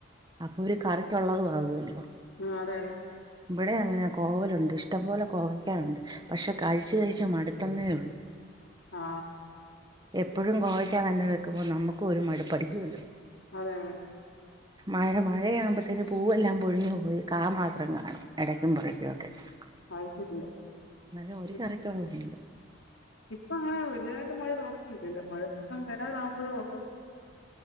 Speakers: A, on the right; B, on the left.
A: അപ്പൊ ഒരു കറിക്കൊള്ളതും ആകുവല്ലോ
B: ആ അതെ അതെ
A: ഇവിടെ അങ്ങന കോവലുണ്ട്. ഇഷ്ടംപോലെ കോവയ്ക്കായുണ്ട്. പക്ഷെ കഴിച്ച് കഴിച്ച് മടുത്തന്നേ ഉള്ളു
B: ആ
A: എപ്പോഴും കോവയ്ക്കാ തന്നെ വെക്കുമ്പോ നമുക്കും ഒരു മടുപ്പടിക്കുവല്ലോ
B: അതെ അതെ
A: മഴ മഴയാകുമ്പത്തേന് പൂവെല്ലാം പൊഴിഞ്ഞു പോയി. കാ മാത്രം കാണും എടയ്ക്കും തുറയ്ക്കുമൊക്കെ
B: അത്
A: <inaudible>
B: ശരിയാ.
A: ന്നാലും ഒരു
B: ഇ
A: കറിക്കൊള്ളതൊണ്ട്.
B: ഇപ്പ അങ്ങനെ വലുതായിട്ട് മഴ തൊടങ്ങിട്ടില്ലല്ലോ, മഴ ദിവസം വരാറാകുമ്പോഴേ ഉള്ള്.